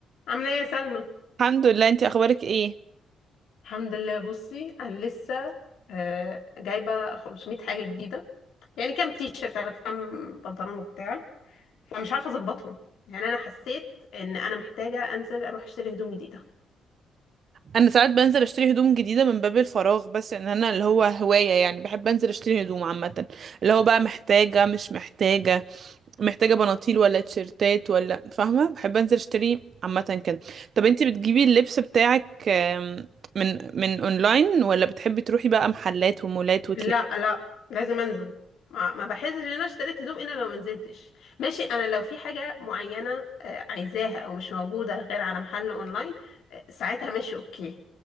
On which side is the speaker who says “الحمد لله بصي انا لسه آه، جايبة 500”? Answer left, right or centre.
Left